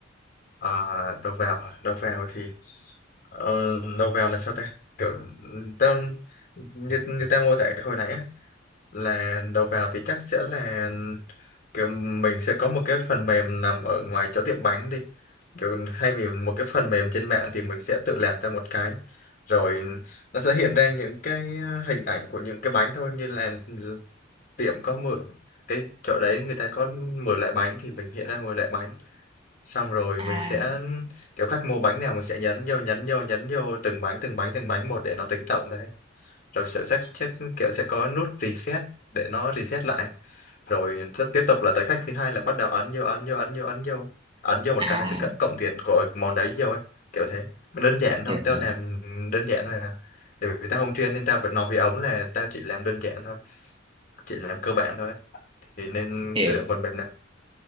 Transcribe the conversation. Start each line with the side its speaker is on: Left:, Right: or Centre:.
Left: ờ, đầu vào à? đầu vào thì ờ, đầu vào là sao ta kiểu ừm, tao như như tao mô tả hồi nãy á, là đầu vào thì chắc sẽ là kiểu mình sẽ có một cái phần mềm nằm ở ngoài chỗ tiệm bánh đi kiểu thay vì một cái phần mềm trên mạng thì mình sẽ tự làm ra một cái rồi nó sẽ hiện ra những cái ờ, hình ảnh của những cái bánh thôi như là tiệm có mượn cái chỗ đấy người ta có mượn lại bánh thì mình hiện ra mượn lại bánh xong rồi
Right: À,
Left: mình sẽ kiểu khách mua bánh nào mình sẽ nhấn vô nhấn vô nhấn vô từng bánh từng bánh từng bánh một để nó tính tổng đấy rồi sẽ chắc chắc kiểu sẽ có nút reset để nó reset lại rồi rất tiếp tục là tới khách thứ hai là bắt đầu ấn vô ấn vô ấn vô ấn vô ấn vô một
Right: à
Left: cái là sẽ cỡ- cộng tiền của món đấy vô ấy kiểu thế đơn giản thôi
Right: hiểu
Left: tao
Right: hiểu
Left: làm đơn giản thôi à tại vì tao không chuyên nên tao phải nói với ống là tao chỉ làm đơn giản thôi chỉ làm cơ bản thôi ấy. thì nên
Right: hiểu
Left: sử dụng phần mềm nào